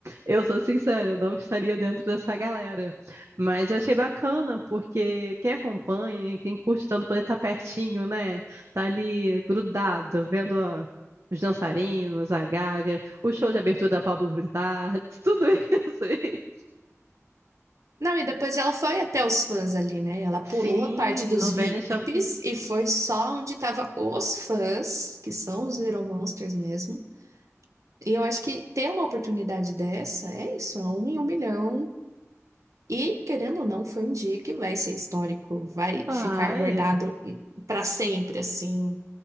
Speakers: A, on the right (about 60°); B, on the right (about 80°).
A: Eu sou sincera, eu não estaria dentro dessa galera. Mas eu achei bacana, porque quem acompanha, quem curte tanto poder estar pertinho, né? Tá ali grudado, vendo a os dançarinos, a Gaga, o show de abertura da Pablo Vittar, <laughs> tudo isso aí.
B: Não, e depois ela foi até os fãs ali, né? Ela pulou
A: Sim,
B: a parte dos
A: no
B: VIPs
A: Venice of...
B: e foi só onde tava os fãs, que são os Little Monsters mesmo. E eu acho que ter uma oportunidade dessa é isso, é um em um milhão E, querendo ou não, foi um dia que vai ser histórico, vai
A: Vai,
B: ficar guardado para sempre, assim.